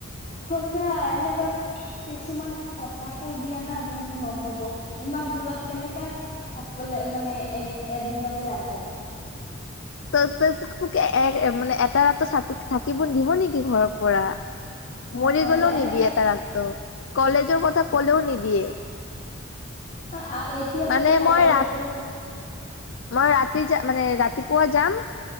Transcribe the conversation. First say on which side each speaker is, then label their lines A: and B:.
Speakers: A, on the left (about 40°); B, on the left (about 65°).
A: সচা এনেুকাক। কিছুমান কথা কৈ দিয়া না যোনটো নহ'ব ইমান দূৰত কেনেকা। অকলে মানে এক এদিনতে আহি যাবা।
B: তোক এটা ৰাতি থাকিব দিব নেকি ঘৰৰ পৰা। মৰি
A: অ
B: গ'লেও
A: এ
B: নিদিয়ে
A: এনে
B: তাকটো কলেজৰ কথা কলেও নিদিয়ে।
A: আহ, আহ, এতিয়াতো
B: মানে
A: কলেজৰ
B: মই ৰাত
A: পৰা।
B: মই ৰাতি যাম মানে ৰাতিপুৱা যাম